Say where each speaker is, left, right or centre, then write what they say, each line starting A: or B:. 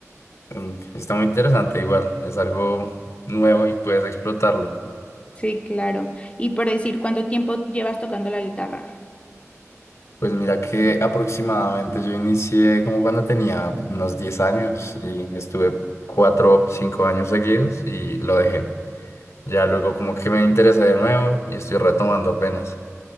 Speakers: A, on the left (about 60°); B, on the left (about 25°).
A: Mm, Está muy interesante igual, es algo nuevo y puedes explotarlo.
B: Sí, claro. Y por decir, ¿cuánto tiempo llevas tocando la guitarra?
A: Pues mira que aproximadamente yo inicié como cuando tenía unos 10 años y estuve 4 5 años seguidos y lo dejé. Ya luego como que me interesé de nuevo y estoy retomando apenas.